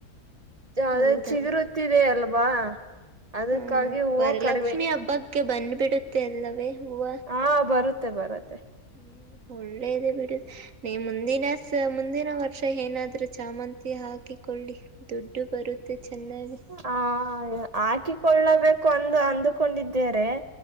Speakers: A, on the right; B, on the right.
A: ಯದೇ
B: ಹೌದಾ
A: ಚಿಗರುತ್ತಿದೆ ಅಲ್ವಾ ಅದಕ್ಕಾಗಿ
B: ಹಾ
A: ಹೂವ
B: ವರಲಕ್ಷ್ಮಿ
A: ಕಡಿಮೆ
B: ಹಬ್ಬಕ್ಕೆ ಬಂದ್ಬ ಬಿಡುತ್ತೆ ಅಲ್ಲವೇ ಹೂವ
A: ಹಾ ಬರುತ್ತೆ ಬರುತ್ತೆ
B: ಹ್ಮ್
A: ಹ
B: ಒಳ್ಳೇದ ಬಿಡು ಮುಂದಿನ ಮುಂದಿನ ವರ್ಷ ಏನಾದ್ ಚಾಮಂತಿ ಹಾಕಿಕಳ್ಳಿ ದುಡ್ಡು ಬರುತ್ತೆ ಚೆನ್ನಾಗಿ
A: ಹ ಹಾಕಿಕೊಳ್ಳಬೇಕು ಅಂದು ಅಂದುಕೊಂಡಿದ್ದೇರೆ